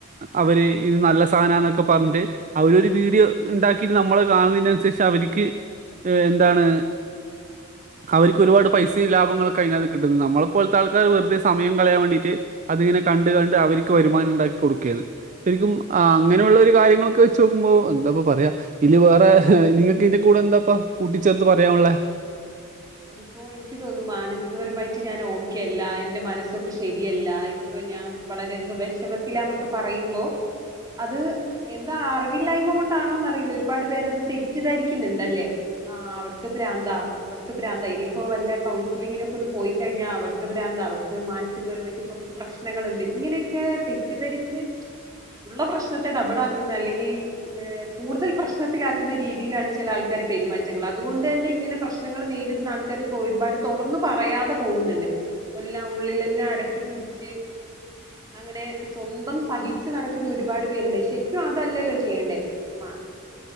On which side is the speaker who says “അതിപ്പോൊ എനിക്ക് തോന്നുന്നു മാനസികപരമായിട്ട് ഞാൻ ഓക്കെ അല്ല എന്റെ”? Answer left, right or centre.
Right